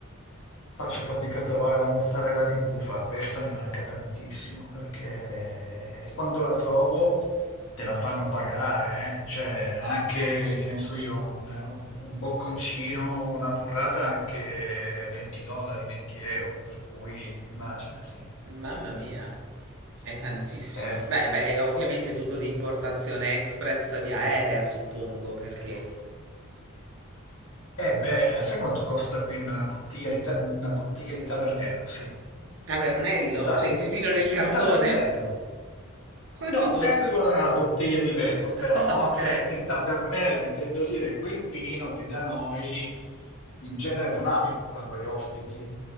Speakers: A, on the left; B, on the right.
A: Faccio fatica a trovare la mozzarella di bufala. Questa mi manca tantissimo perché quando la trovo. Te la fanno pagare, eh? Cioè, anche, che ne so io, un, un bocconcino, una burrata anche 20 dollari, 20 euro, per cui immaginati.
B: Mamma mia, è tantissimo.
A: Eh,
B: Beh, beh, è ovviamente tutto di importazione express via aerea, suppongo, perché
A: eh beh, eh, sai quanto costa qui una bottiglia di, ta- una bottiglia di Tavernello? Sì.
B: Tavernello?
A: Dai,
B: Cioè il vino del cartone?
A: il Tavernello.
B: Quanto
A: No,
B: costa?
A: eccola
B: <laughs>
A: nella bottiglia di vetro,
B: Ah,
A: però
B: Ok,
A: è il tavernello, intendo dire quel vino che da noi in genere non apri quando hai ospiti,